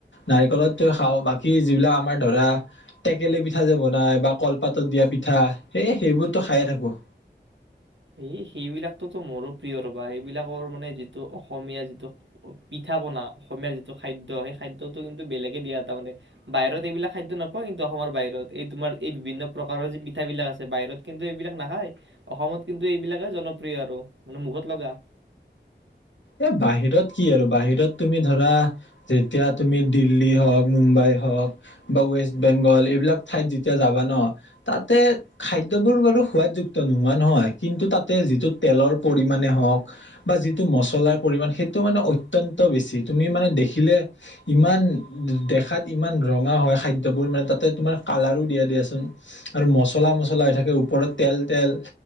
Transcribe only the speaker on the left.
নাৰিকলত খাওঁ বাকী যিবিলাক আমাৰ ধৰা টেকেলি পিঠা যে বনাই বা কলপাতত দিয়া পিঠা সেই সেইবোৰতো খায়ে থাকো।
এ বাহিৰত কি আৰু বাহিৰত তুমি ধৰা যেতিয়া তুমি দিল্লী হওঁক মুম্বাই হওঁক বা ৱেষ্ট বেংগল এইবিলাক ঠাইত যেতিয়া যাবা ন তাতে খাদ্যবোৰ বাৰু সোৱাদযুক্ত নোহোৱা নহয় কিন্তু তাতে যিটো তেলৰ পৰিমাণে হওঁক বা যিটো মছলা মচল পৰি সেইটো মানে অত্য়ন্ত বেছি তুমি মানে দেখিলে ইমান দেখাত ইমান ৰঙা হয় খাদ্যবোৰ মানে তাতে তোমাৰ কালাৰো দিয়া দিয়াচোন আৰু মছলা মচলা হৈ থাকে ওপৰত তেল তেল